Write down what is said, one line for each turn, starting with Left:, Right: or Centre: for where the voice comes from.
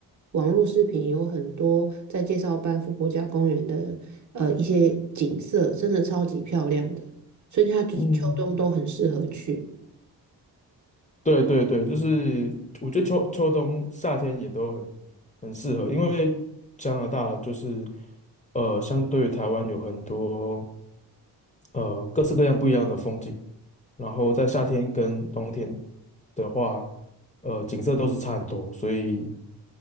Right: 网络视频有很多在介绍班夫国家公园的呃一些景色，真的超级漂亮的，春夏秋冬都很适合去。
Left: 嗯，对对对，就是我觉得秋秋冬夏天也都很很适合，因为加拿大就是呃，相对于台湾有很多呃各式各样不一样的风景，然后在夏天跟冬天的话，呃，景色都是差很多，所以